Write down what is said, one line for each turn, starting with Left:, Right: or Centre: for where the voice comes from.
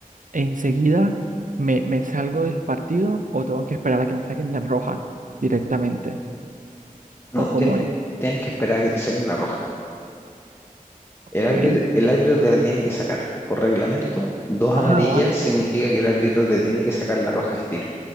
Right: ¿enseguida me, me salgo del partido o tengo que esperar a que me saquen la roja directamente?
Left: No,
Right: ¿O
Left: tien-
Right: cómo es?
Left: tienes que esperar a que te saquen la roja.
Right: Ok.
Left: El árbitro, el árbitro te la tiene que sacar. Por reglamento, dos amarillas
Right: Ah, vale,
Left: significa que el árbitro te tiene que sacar la roja al tiro.